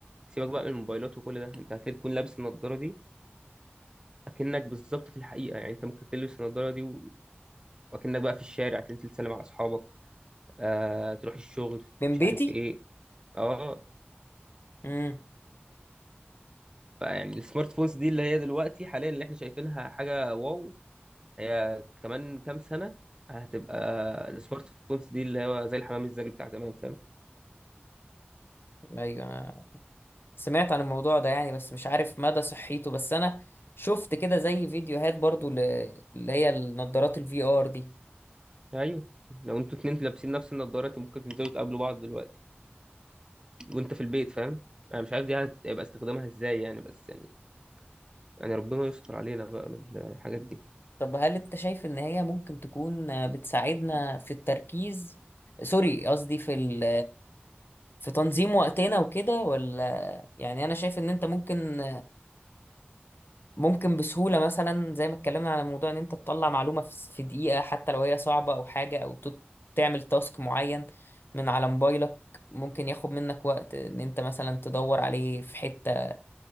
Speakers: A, on the right (about 20°); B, on the left (about 65°).
A: سيبك بقى من الموبايلات وكل ده انت هتكون لابس النضارة دي اكنك بالظبط في الحقيقة يعني انت ممكن تلبس النضارة دي و- واكنك بقى في الشارع تنزل تسلم على اصحابك آه تروح الشغل
B: من
A: مش
B: بيتي
A: عارف ايه اه
B: مم.
A: فيعني السمارت فونز دي اللي هي دلوقتي حاليا اللي احنا شايفينها حاجة واو هي كمان كام سنة هتبقى السمارت فونز دي اللي هو زي الحمام الزاجل بتاع زمان فاهم
B: ايوه أنا سمعت عن الموضوع ده يعني بس مش عارف مدى صحيته بس انا شفت كده زي فيديوهات برضو ل- اللي هي النضارات الفي ار دي
A: ايوه لو انتوا اتنين لابسين نفس النضارة انتوا ممكن تنزلوا تقابلوا بعض دلوقتي وانت في البيت فاهم انا مش عارف دي هيبقى استخدامها ازاي يعني بس يعني يعني ربنا يستر علينا بقى من الحاجات دي
B: طب هل انت شايف ان هي ممكن تكون بتساعدنا في التركيز سوري قصدي في ال... في تنظيم وقتنا وكده ولا يعني انا شايف ان انت ممكن ممكن بسهولة مثلا زي ما اتكلمنا على موضوع ان انت تطلع معلومة في في دقيقة حتى لو هي صعبة او حاجة او ت- تعمل تاسك معين من على موبايلك ممكن ياخد منك وقت ان انت مثلا تدور عليه في حتة